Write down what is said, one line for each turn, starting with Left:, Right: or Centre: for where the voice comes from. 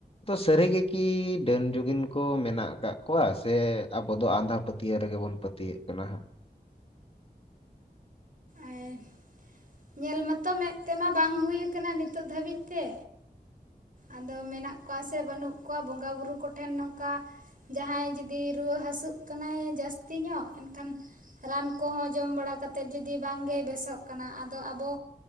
Left: ᱥᱟᱹᱨᱤ ᱜᱮ ᱠᱤ ᱰᱟᱹᱱ ᱡᱩᱜᱤᱱ ᱠᱚ ᱢᱮᱱᱟᱜ ᱟᱠᱟᱜ ᱠᱚᱣᱟ ᱥᱮ ᱟᱵᱚ ᱫᱚ ᱟᱸᱫᱷᱟ ᱯᱟᱹᱛᱭᱟᱹᱣ ᱨᱮᱜᱮ ᱵᱚᱱ ᱯᱟᱹᱛᱭᱟᱹᱜ ᱠᱟᱱᱟ ᱦᱟᱸᱜ?
Right: ᱮᱸ ᱧᱮᱞ ᱢᱟᱛᱚ ᱢᱮᱫ ᱛᱮᱢᱟ ᱵᱟᱝ ᱦᱩᱭ ᱠᱟᱱᱟ ᱱᱤᱛᱚᱜ ᱫᱷᱟᱹᱵᱤᱡ ᱛᱮ, ᱟᱫᱚ ᱢᱮᱱᱟᱜ ᱠᱚᱣᱟ ᱥᱮ ᱵᱟᱹᱱᱩᱜ ᱠᱚᱣᱟ ᱵᱚᱸᱜᱟ ᱵᱩᱨᱩ ᱠᱚᱴᱷᱮᱱ ᱱᱚᱝᱠᱟ ᱡᱟᱦᱟᱸᱭ ᱡᱩᱫᱤ ᱨᱩᱣᱟᱹ ᱦᱟᱹᱥᱩᱜ ᱠᱟᱱᱟᱭ ᱡᱟᱹᱥᱛᱤ ᱧᱚᱜ ᱮᱱᱠᱷᱟᱱ ᱨᱟᱱ ᱠᱚᱦᱚᱸ ᱡᱚᱢ ᱵᱟᱲᱟ ᱠᱟᱛᱮᱫ ᱡᱩᱫᱤ ᱵᱟᱝᱜᱮ ᱵᱮᱥᱚᱜ ᱠᱟᱱᱟ ᱟᱫᱚ ᱟᱵᱚ